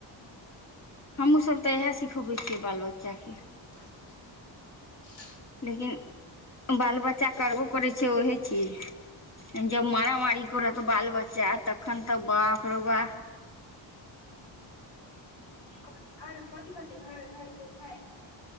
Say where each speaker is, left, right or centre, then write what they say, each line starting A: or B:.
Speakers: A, on the left (about 35°); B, on the left (about 70°).
A: हमहूँ सब त इएह सिखबै छियै बाल बच्चाके
B: <inaudible>
A: लेकिन बाल बच्चा करबो करै छै ओहे चिज जब मारामारी
B: है
A: करत बाल बच्चा तखन तऽ बाप रौ बाप
B: घर घरके ख